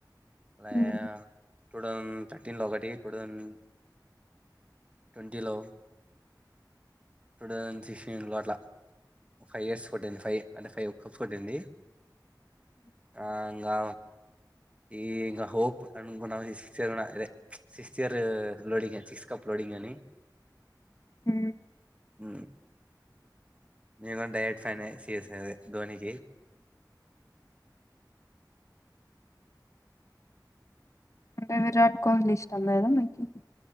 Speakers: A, on the right (about 15°); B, on the left (about 45°).
A: లయ
B: హ్మ్
A: టూ థౌసండ్ థర్టీన్ లో ఒకటి టూ థౌసండ్ ట్వంటీ లో టూ థౌసండ్ సిన్స్టీన్ లో అట్లా ఫైవ్ ఇయర్స్ కొట్టింది ఫైవ్ అంటే ఫైవ్ కప్ కొట్టింది ఆ ఇంకా ఈ ఇంగ్ హోప్ అన్కున్నా సిక్స్త్ ఇయర్ ఇదే సిక్స్త్ ఇయర్ లోడింగ్ అ సిక్స్త్ కప్ లోడింగ్ అని
B: ఉ
A: ఉ నేను గాని డై హార్ట్ ఫాన్ సిఎస్ అదే ధోనికి
B: అంటే విరాట్ కోహ్లీ ఇష్టం లేదా మీకు